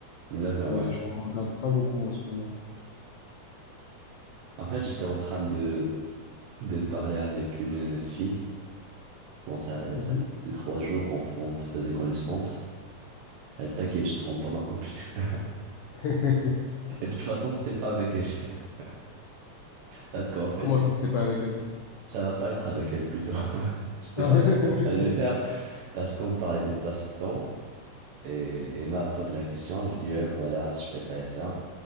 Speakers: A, on the right; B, on the left.
A: D'accord,
B: mais
A: ouais.
B: j'en regarde pas beaucoup en ce moment.
A: En fait, j'étais en train de, de parler avec une fille. Bon, ça,
B: Mhm.
A: ça fait trois jours, on, f- on faisait connaissance. Elle t'inquiète, je trompe pas ma copine. <laughs>
B: <laughs>
A: Et de toute façon, c'était pas avec elle. <laughs> Parce qu'en fait,
B: Comment ça, c'était pas avec elle?
A: ça va pas être avec elle plutôt. <laughs> C'était
B: <laughs>
A: pas. J'allais le faire parce qu'on parlait de passe-temps. Et elle m'a posé la question, je dis ouais voilà, je fais ça et ça.